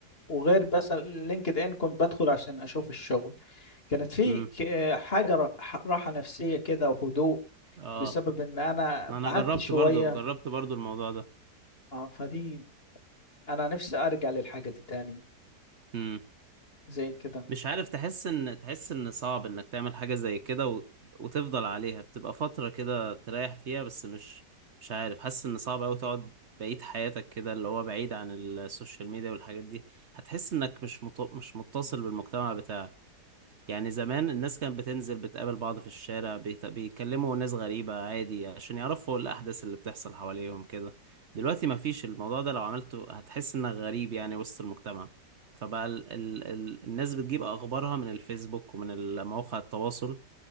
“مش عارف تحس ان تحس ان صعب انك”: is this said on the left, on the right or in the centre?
Right